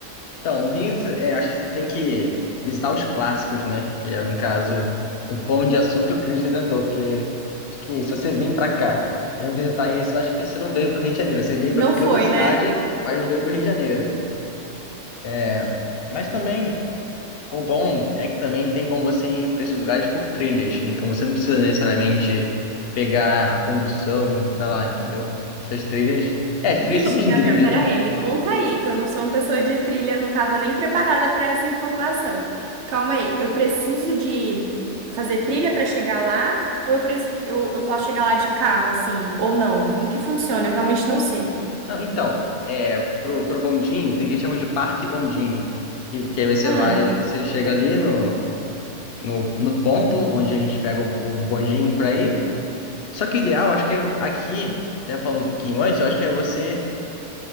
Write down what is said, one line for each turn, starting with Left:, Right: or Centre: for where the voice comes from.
Left: Então, o Rio, é, acho que você tem que visitar os clássicos, né? Que é, no caso, o Pão de Açúcar e o Cristo Redentor, porque acho que se você vir pra cá e não visitar isso, eu acho que você não veio pro Rio de Janeiro. Você veio
Right: Não
Left: pra qualquer
Right: foi,
Left: outra cidade,
Right: né?
Left: mas não veio pro Rio de Janeiro. É, Mas também, o bom é que também tem como você ir pra esses lugares por trilhas. Então, você não precisa necessariamente pegar a condução e ir pra lá, entendeu? Essas trilhas... É, as trilhas
Right: Vixe,
Left: são íngremes,
Right: Gabriel, peraí,
Left: né?
Right: me conta aí, que eu não sou uma pessoa de trilha, não estava nem preparada para essa informação. Calma aí, eu preciso de fazer trilha para chegar lá, ou eu, preci- eu, eu posso chegar lá de carro, assim, ou não? Como que funciona? Eu realmente não sei.
Left: Não, então, é, pro, pro bondinho, tem que chamar de parque bondinho. Que, que aí você
Right: Hum,
Left: vai, você chega ali no, no, no ponto onde a gente pega o, o bondinho pra ir. Só que o ideal, acho que aqui, até falando um pouquinho antes, eu acho que é você